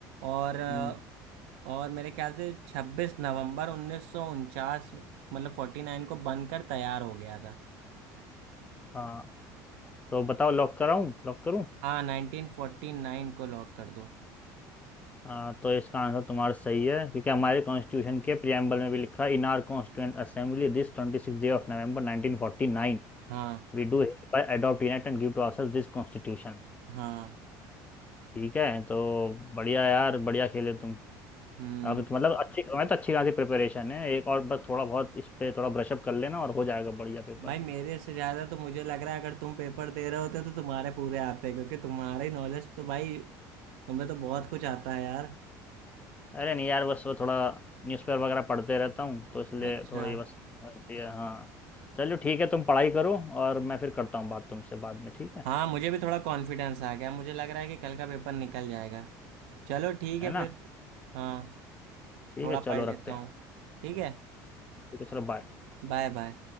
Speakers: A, on the right (about 80°); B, on the left (about 20°).
A: और अ,
B: हम्म,
A: और मेरे ख्याल से 26 नवंबर 1949 मतलब 49 को बनकर तैयार हो गया था
B: हाँ तो बताओ लॉक कराऊं लॉक करूं
A: हाँ 1949 को लॉक कर दो
B: आ, तो इसका आंसर तुम्हारा सही है क्योंकि हमारे कॉन्स्टिट्यूशन के प्रियम्बल में भी लिखा in our constituent assembly this ट्वेंटी सिक्स day of November नाइनटीन फोर्टी नाइन
A: हाँ
B: we do by adopt unite and give to ourselves this constitution
A: हाँ
B: ठीक है तो बढ़िया यार बढ़िया खेले तुम
A: हम्म
B: अब तो मतलब अच्छी मैं तो अच्छी खासी प्रिपरेशन है एक और बस थोड़ा बहुत इस पे थोड़ा ब्रशअप कर लेना और हो जाएगा बढ़िया पेपर
A: भाई मेरे से ज्यादा तो मुझे लग रहा है अगर तुम पेपर दे रहे होते तो तुम्हारे पूरे आते क्योंकि तुम्हारी नॉलेज तो भाई तुम्हें तो बहुत कुछ आता है यार
B: अरे नहीं यार बस वो थोड़ा न्यूज़पेपर वगैरह पढ़ते रहता हूँ तो इसलिए
A: अच्छा
B: थोड़ी बस रहती है हाँ चलो ठीक है तुम पढ़ाई करो और मैं फिर करता हूँ बात तुमसे बाद में ठीक है
A: हाँ मुझे भी थोड़ा कॉन्फिडेंस आ गया मुझे लग रहा है कि कल का पेपर निकल जाएगा चलो ठीक है
B: है ना
A: फिर हाँ
B: ठीक
A: थोड़ा
B: है चलो
A: पढ़ लेता
B: रखते हैं
A: हूँ ठीक है
B: ठीक है चलो बाय
A: Bye bye